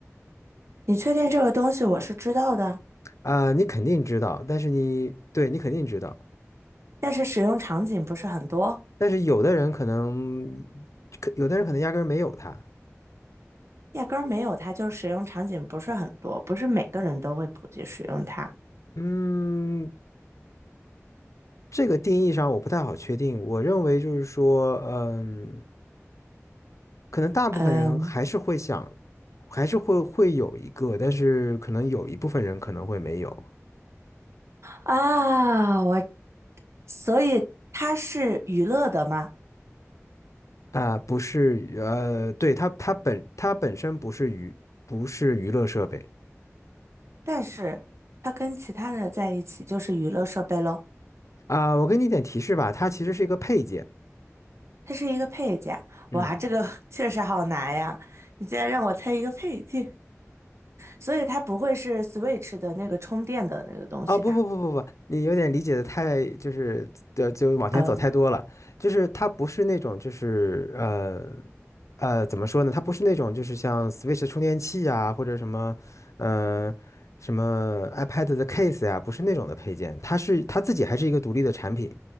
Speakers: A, on the right (about 60°); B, on the left (about 75°).
A: 你确定这个东西我是知道的，
B: 啊、你肯定知道，但是你对你肯定知道，
A: 但是使用场景不是很多，
B: 但是有的人可能，可有的人可能压根儿没有它。
A: 压根儿没有它，就是使用场景不是很多，不是每个人都会普及使用它。
B: 嗯，这个定义上我不太好确定。我认为就是说，嗯，可能大部分人还是会想，
A: 嗯
B: 还是会会有一个，但是可能有一部分人可能会没有。
A: 啊，我所以它是娱乐的嘛，
B: 啊、不是娱呃，对，它它本它本身不是娱，不是娱乐设备
A: 但是它跟其他的在一起就是娱乐设备喽。
B: 啊、我给你一点提示吧，它其实是一个配件。
A: 它是一个配件。
B: 嗯，
A: 哇，这个 <laughs> 确实好难呀！你竟然让我猜一个配件，所以它不会是 Switch 的那个充电的那个东西吧？
B: 啊、不不不不不，你有点理解的太就是呃就往前走太多了，
A: 哦，
B: 就是它不是那种就是呃呃怎么说呢？它不是那种就是像 Switch 充电器啊，或者什么呃什么 iPad 的 case 呀、不是那种的配件，它是它自己还是一个独立的产品。